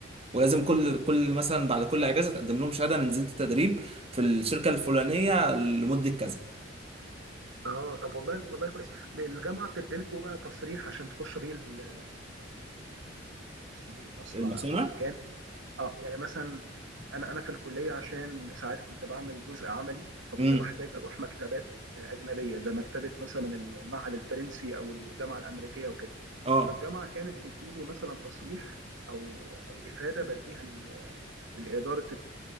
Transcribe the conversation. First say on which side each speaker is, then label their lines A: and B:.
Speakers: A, on the right (about 30°); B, on the right (about 80°).
A: ولازم كل كل مثلا بعد كل اجازه تقدم لهم شهاده انا نزلت تدريب في الشركه الفلانيه لمده كذا
B: اه طب والله والله كويس الجامعة بتديلكوا بقى تصريح عشان تخشوا بيه ال- اسمه ايه المصنع
A: المصانع
B: او المكان اه يعني مثلا انا انا في الكلية عشان ساعات كنت بعمل جزء عملي فكنت
A: امم
B: بحتاج اروح مكتبات آه، اجنبية زي مكتبة مثلا المعهد الفرنسي او الجامعة الامريكية وكده
A: اه
B: فالجامعة كانت بتدي لي مثلا تصريح او او افادة بديها ل- لإدارة